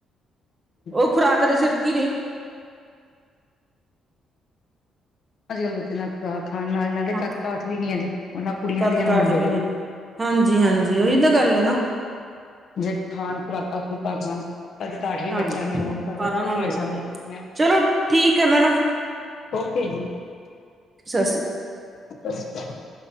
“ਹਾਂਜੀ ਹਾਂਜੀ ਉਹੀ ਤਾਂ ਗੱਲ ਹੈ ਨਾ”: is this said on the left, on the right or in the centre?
Right